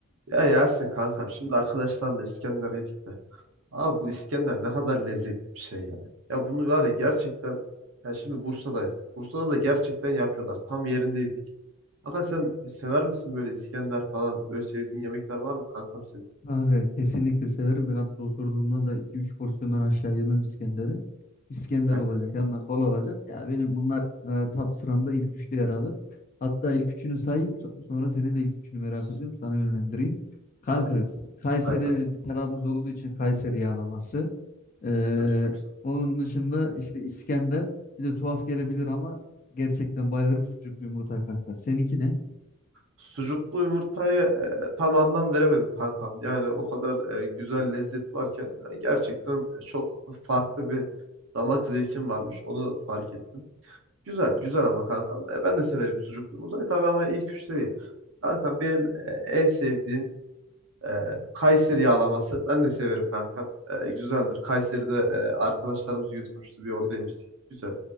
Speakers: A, on the right; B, on the left.
A: Ya Yasin kankam şimdi arkadaşlarla İskender yedik de. Abi bu İskender ne kadar lezzetli bir şey ya. Ya bunu var ya gerçekten ya şimdi Bursa'dayız. Bursa'da da gerçekten yapıyorlar. Tam yerinde yedik. Kanka sen sever misin böyle İskender falan? Böyle sevdiğin yemekler var mı kankam senin?
B: Abi kesinlikle severim. Ben hatta oturduğumda da iki üç porsiyondan aşağı yemem İskender'i. İskender
A: Yani.
B: olacak, yanına kola olacak. Ya benim bunlar e, top sıramda ilk üçte yer alır. Hatta ilk üçünü sayayım, so- sonra senin de ilk üçünü merak
A: s-
B: ediyorum. Sana yönlendireyim. Kanka,
A: Ha, ha
B: Kayseri
A: kanka.
B: bir tarafımız olduğu için Kayseri yağlaması. Ee,
A: Güzel, çok güzel.
B: onun dışında işte İskender. Bir de tuhaf gelebilir ama gerçekten bayılırım sucuklu yumurta kanka. Seninki ne?
A: Sucuklu yumurtayı e, tam anlam veremedim kankam. Yani o kadar e, güzel lezzet varken e, gerçekten e, çok farklı bir damak zevkim varmış. Onu fark ettim. Güzel, güzel ama kankam. E, ben de severim sucuklu yumurtayı tabii ama ilk üçte değil. Kankam benim e, en sevdiğim e, Kayseri yağlaması. Ben de severim kankam. E, güzeldir. Kayseri'de e, arkadaşlarımız götürmüştü. Bir orada yemiştik. Güzel.